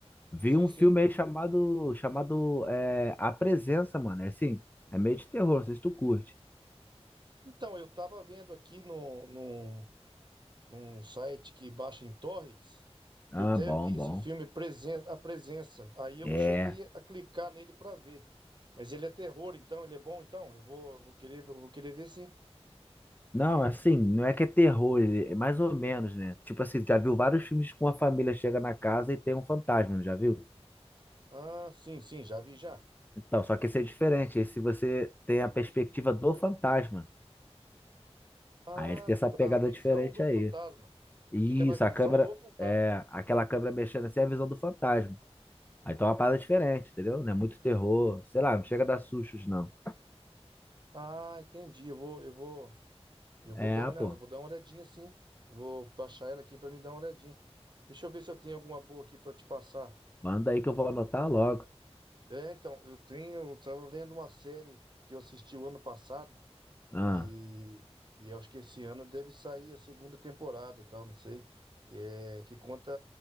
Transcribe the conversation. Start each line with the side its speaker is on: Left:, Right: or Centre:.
Left: Vi
Right: Sim,
Left: um filme
Right: sim.
Left: aí chamado, chamado é, A Presença, mano. É assim, é meio de terror, não sei se tu curte.
Right: Então, eu tava vendo aqui no, no, num site que baixa em torrents,
Left: Ah,
Right: eu até
Left: bom,
Right: vi esse
Left: bom.
Right: filme Presen A Presença, aí eu
Left: É.
Right: não cheguei a clicar nele pra ver, mas ele é terror, então, ele é bom, então, eu vou, eu vou querer, eu vou querer ver sim.
Left: Não, assim, não é que é terror, ele- é mais ou menos, né? Tipo assim, já viu vários filmes com a família chega na casa e tem um fantasma, não já viu?
Right: Ah, sim, sim, já vi já.
Left: Então, só que esse é diferente. Esse você tem a perspectiva do fantasma.
Right: Ah,
Left: Aí ele tem essa
Right: tá.
Left: pegada
Right: Visão
Left: diferente
Right: do
Left: aí.
Right: fantasma.
Left: Isso,
Right: Fica na visão
Left: a câmera,
Right: do fantasma.
Left: é, aquela câmera mexendo assim é a visão do fantasma. Aí tá uma parada diferente, entendeu? Não é muito terror, sei lá, não chega a dar sustos, não.
Right: Ah, entendi. Eu vou, eu vou, eu
Left: É,
Right: vou dar uma, olha-
Left: pô,
Right: eu vou dar uma olhadinha sim. Vou baixar ela aqui para me dar uma olhadinha. Deixa eu ver se eu tenho alguma boa aqui para te passar.
Left: manda aí que eu vou anotar logo.
Right: É, então, eu tenho, eu tava vendo uma série que eu assisti o ano passado
Left: Ah,
Right: e, e eu acho que esse ano deve sair a segunda temporada, tal, não sei, é, que conta